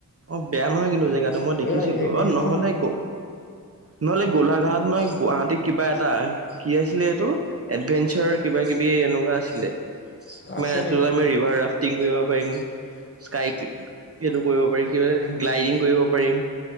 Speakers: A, on the right; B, on the left.
A: অ বেয়া নহয় কিন্তু জেগাটো মই দেখিছিলো
B: এ সেই
A: অ
B: সেইখন
A: নহলে গ নহ'লে গোলাঘাট নহয় গুৱাহাটীত কিবা এটা কি আছিলে এইটো এডভেঞ্চাৰ কিবা কিবি এনেকুৱা আছিলে।
B: আছে
A: মানে
B: নেকি
A: তাত আমি ৰিভাৰ ৰাফটিং কৰিব পাৰিম, স্কাই এইটো কৰিব পাৰিম, কিবা গ্লাইডিং কৰিব পাৰিম